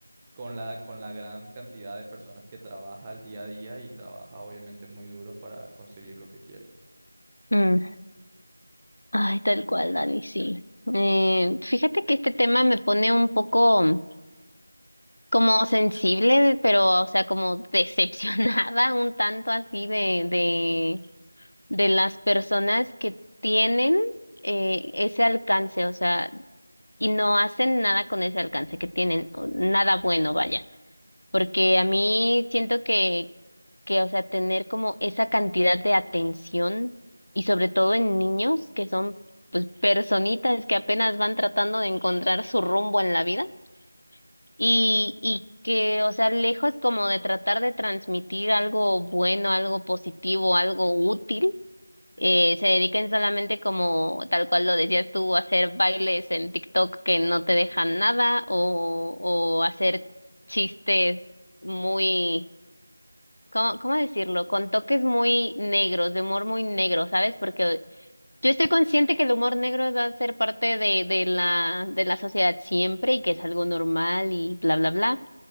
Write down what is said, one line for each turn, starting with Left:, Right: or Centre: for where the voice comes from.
Right: con la, con la gran cantidad de personas que trabaja al día a día y trabaja obviamente muy duro para conseguir lo que quiere.
Left: mm. Ay, tal cual, Dani, sí. Eh, fíjate que este tema me pone un poco mm, como sensible, pero, o sea, como decepcionada <laughs> un tanto así de, de, de las personas que tienen eh, ese alcance, o sea, y no hacen nada con ese alcance que tienen, o nada bueno, vaya. porque a mí siento que, que, o sea, tener como esa cantidad de atención y sobre todo en niños que son pues personitas que apenas van tratando de encontrar su rumbo en la vida y, y que, o sea, lejos como de tratar de transmitir algo bueno, algo positivo, algo útil eh, se dediquen solamente como tal cual lo decías tú, a hacer bailes en TikTok que no te dejan nada o, o hacer chistes muy, ¿cómo, cómo decirlo? Con toques muy negros, de humor muy negro, ¿sabes? Porque yo estoy consciente que el humor negro va a ser parte de, de la, de la sociedad siempre y que es algo normal y bla, bla, bla.